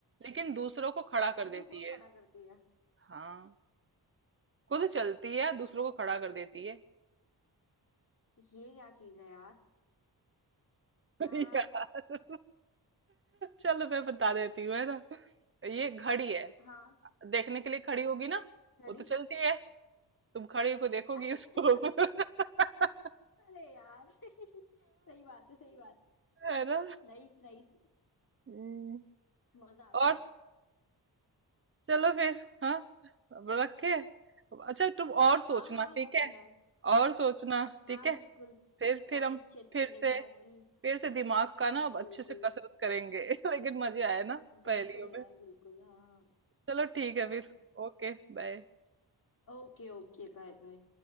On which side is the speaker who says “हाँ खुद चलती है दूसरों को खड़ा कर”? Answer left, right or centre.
Right